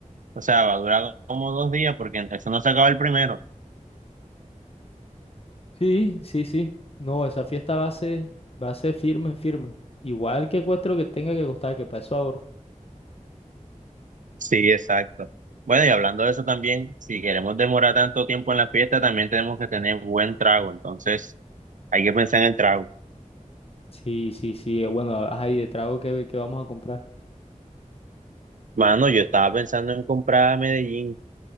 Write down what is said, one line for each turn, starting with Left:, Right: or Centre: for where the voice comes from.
Right: o sea, va a durar como dos días, porque eso no se acaba el primero.
Left: Sí, sí, sí. No, esa fiesta va a ser, va a ser firme, firme. Igual que cueste lo que tenga que costar, que para eso ahorro.
Right: Sí, exacto. Bueno, y hablando de eso también, si queremos demorar tanto tiempo en la fiesta, también tenemos que tener buen trago, entonces hay que pensar en el trago.
Left: Sí, sí, sí. eh, Bueno, ahí de trago que, vamos a comprar.
Right: Mano, yo estaba pensando en comprar a Medellín.